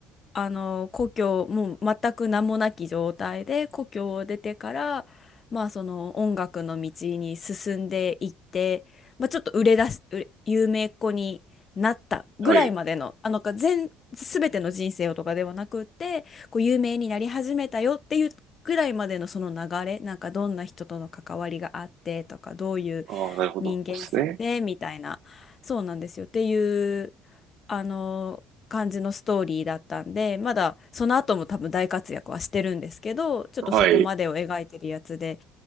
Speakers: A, on the left; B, on the right.
A: あの故郷もう全く名もなき状態で故郷を出てから、まあ、その音楽の道に進んでいって、まあ、ちょっと売れ出す売れ有名っ子になったぐらいまでの、
B: はい。
A: あのか全、全ての人生をとかではなくってこう有名になり始めたよっていうぐらいまでのその流れなんかどんな人との関わりがあってとかどういう
B: ああ、なるほどですね。
A: 人間性でみたいなそうなんですよっていうあの感じのストーリーだったんでまだその後も多分大活躍はしてるんですけどちょっとそこまでを描いてるやつで
B: はい。